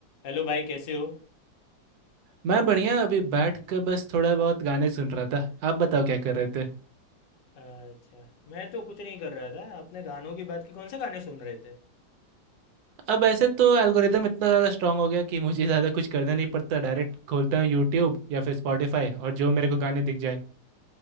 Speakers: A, on the left; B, on the right.
A: Hello भाई कैसे हो
B: मैं बढ़िया अभी बैठ कर बस थोड़ा बहुत गाने सुन रहा था आप बताओ क्या कर रहे थे
A: अच्छा मैं तो कुछ नहीं कर रहा था आपने गानों की बात की कौन से गाने सुन रहे थे
B: अब ऐसे तो एल्गोरिदम इतना ज़्यादा स्ट्रांग हो गया कि मुझे ज़्यादा कुछ करना नहीं पड़ता डायरेक्ट खोलता हूँ यूट्यूब या फिर स्पॉटिफाई और जो मेरे को गाने दिख जाए